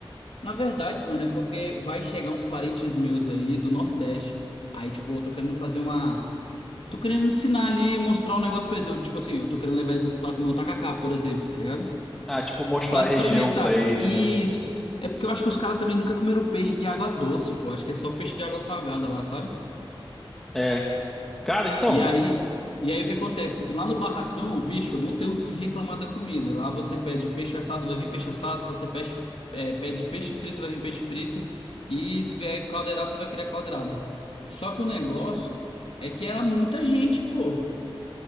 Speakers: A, on the left; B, in the centre.
A: Na verdade, mano, é porque vai chegar uns parentes meus aí do Nordeste. pô. Aí, tipo, eu tô querendo fazer uma. Tô querendo ensinar ali, mostrar um negócio pra eles. Eu, tipo assim, eu tô querendo levar eles pra comer um tacacá, por exemplo, tá ligado?
B: Ah, tipo, mostrar
A: Pra experimentar.
B: a região pra eles,
A: Isso.
B: né?
A: É porque eu acho que os caras também nunca comeram peixe de água doce, pô. Acho que é só peixe de água salgada lá, sabe?
B: É. Cara, então,
A: E aí, e aí o que acontece? Lá no barracão, bicho, eu não tenho o que reclamar da comida. Lá você pede peixe assado, vai vir peixe assado. Se você pede, é, pede peixe frito, vai vir peixe frito. E se vier caldeirada, você vai querer a caldeirada. Só que o negócio é que era muita gente, pô.